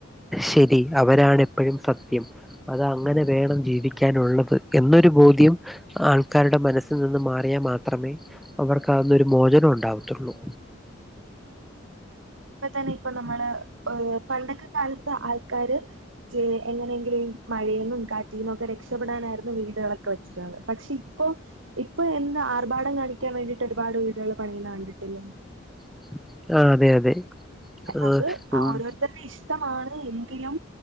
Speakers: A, in the centre; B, on the right (about 80°).
A: ശരി അവരാണ് എപ്പോഴും സത്യം അത് അങ്ങനെ വേണം ജീവിക്കാനുള്ളത് എന്നൊരു ബോധ്യം ആൾക്കാരുടെ മനസ്സിൽ നിന്ന് മാറിയാൽ മാത്രമേ അവർക്ക് അതിനൊരു മോചനം ഉണ്ടാവത്തുള്ളൂ
B: ഇപ്പൊ തന്നെ ഇപ്പൊ നമ്മള് പണ്ടൊക്ക കാലത്ത് ആൾക്കാര് എങ്ങനെങ്കിലും ഈ മഴേന്നും കാറ്റിന്നും ഒക്കെ രക്ഷപ്പെടാനായിരുന്നു വീടുകളൊക്കെ വെച്ചിരുന്നത് പക്ഷെ ഇപ്പോ ഇപ്പൊ എന്താ ആർഭാടം കാണിക്കാൻ വേണ്ടിയിട്ട് ഒരുപാട് വീടുകൾ പണിന്ന് കണ്ടിട്ടില്ലേ
A: <inaudible> അതെ ആഹ്
B: അത്
A: ഉം
B: ഓരോരുത്തരെ ഇഷ്ടമാണ് എങ്കിലും